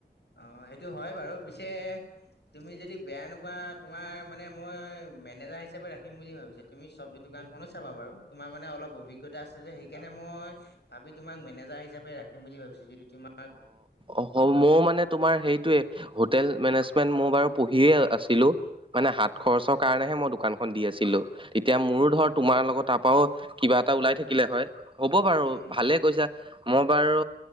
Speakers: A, on the left; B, on the right.
A: অ' সেইটো হয় বাৰু পিছে। তুমি যদি বেয়া নোপোৱা, তোমাৰ মই মেনেজাৰ হিচাপে ৰাখিম বুলি ভাবিছো। তুমি চব্জি দোকানখনো চাবা বাৰু, তোমাৰ মানে অলপ অভিজ্ঞতা আছে যে সেইকাৰণে মই ভাবি তোমাক মেনেজাৰ হিচাপে ৰাখিম বুলি ভাবিছো, যদি তোমাক
B: অ'হ, মইও মানে তোমাৰ সেইটোৱে হোটেল মেনেজমেণ্ট মই বাৰু পঢ়িএ আছিলো, মানে হাত
A: অ',
B: খৰচক কাৰণেহে মই দোকানখন দি আছিলো, এতিয়া মোৰো
A: অ',
B: ধৰ তোমাৰ লগত তাত পাও কিবা এটা ওলাই থাকিলে হয়, হ'ব বাৰু
A: উম,
B: ভালে কৈছা মই বাৰু